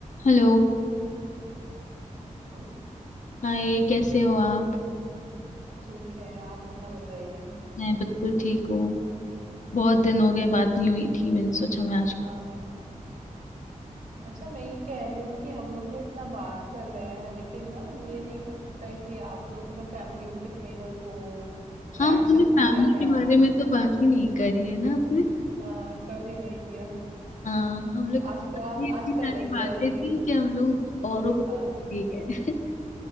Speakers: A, on the left; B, on the right.
A: Hello
B: हूँ।
A: Hi कैसे हो आप
B: ठीक है, आप अपना बताइए।
A: मैं बिल्कुल ठीक हूँ बहुत दिन हो गए बात नहीं हुई थी मैंने सोचा मैं आज
B: हाँ, हाँ। अच्छा मैं ये कह रही हूँ कि हम लोग ना इतना बात कर रहे हैं, लेकिन ना ये नहीं पता है कि आप लोग मतलब फैमिली में कितने लोग हो? फ्रेंड
A: हाँ हमने
B: सर्कल
A: फैमिली
B: क्या
A: के
B: है आपका?
A: बारे में तो बात ही नहीं करी है ना अपने
B: अ, कभी नहीं किया।
A: हाँ हम
B: तो
A: लोग की
B: आजकल
A: इतनी इतनी
B: आज
A: सारी
B: कर लेते
A: बातें
B: हैं
A: थी
B: कि
A: कि हम लोग औरों को तो
B: हाँ।
A: ठीक है